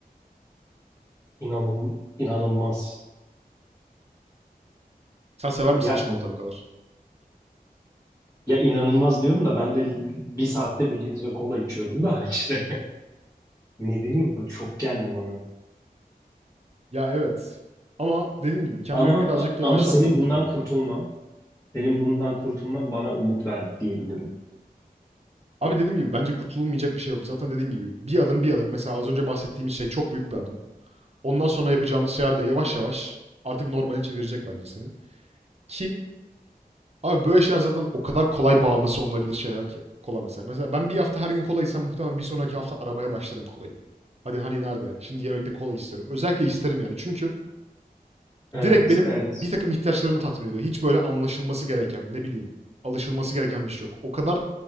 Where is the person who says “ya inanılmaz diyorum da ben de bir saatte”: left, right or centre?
Left